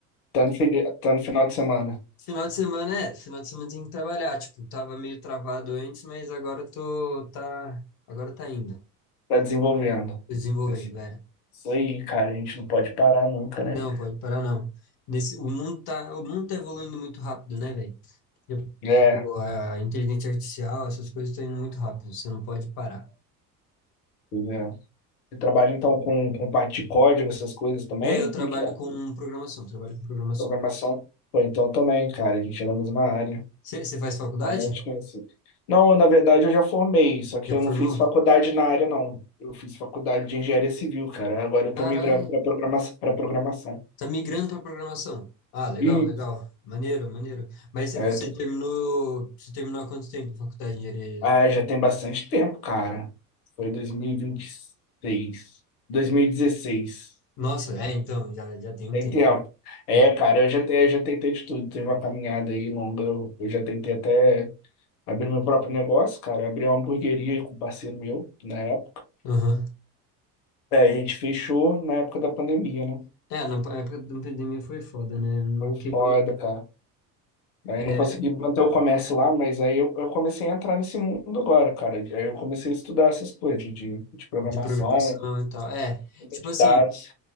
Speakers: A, on the left; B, on the left.
A: Tá no, fini- tá no final de semana.
B: final de semana é, final de semana tem que trabalhar, tipo, tava meio travado antes, mas agora eu tô, tá, agora tá indo,
A: Tá desenvolvendo.
B: tô desenvolvendo,
A: Esse-
B: é.
A: Isso aí, cara. A gente não pode parar nunca, né?
B: Não, pode parar não. Nesse, o mundo tá, o mundo tá evoluindo muito rápido, né, velho? Tipo,
A: É,
B: tipo, a inteligência artificial, essas coisas estão indo muito rápido, você não pode parar.
A: pois é. Você trabalha então com, com parte de código, essas coisas também?
B: É, eu trabalho
A: Como é que é?
B: com programação, trabalho com programação.
A: Programação? Pô, então também, cara. A gente é da mesma área.
B: Você faz faculdade?
A: Ah, não te conheci. Não, na verdade eu já formei, só que
B: Já
A: eu não
B: formou?
A: fiz faculdade na área, não. Eu fiz faculdade de engenharia civil, cara. Agora eu tô
B: Caralho,
A: migrando para programação, para programação.
B: tá migrando para programação. Ah, legal,
A: E
B: legal. Maneiro, maneiro. Mas você
A: é, eu tô-
B: terminou, você terminou há quanto tempo a faculdade de engenharia?
A: ah, já tem bastante tempo, cara. Foi dois Dois Dois mil mil e e mil e 2016.
B: Nossa, é, então, já, já tem um
A: Tem
B: tempo.
A: tempo.
B: já
A: É,
B: tem um tempo.
A: cara, eu já, te- eu já tentei de tudo. Teve uma caminhada aí longa. Eu, eu já tentei até abrir meu próprio negócio, cara. Abrir uma hamburgueria com um parceiro meu na época.
B: Aham.
A: É, e a gente fechou na época da pandemia, né?
B: É, na pa- época da pandemia foi foda, né? Não
A: Foi
B: Quebrou,
A: foda, cara. Aí não
B: é,
A: consegui manter o comércio lá, mas aí eu, eu comecei a entrar nesse mundo agora, cara. Aí eu comecei a estudar essas coisas de, de de programação,
B: de programação e tal. É, tipo
A: de
B: assim,
A: dados,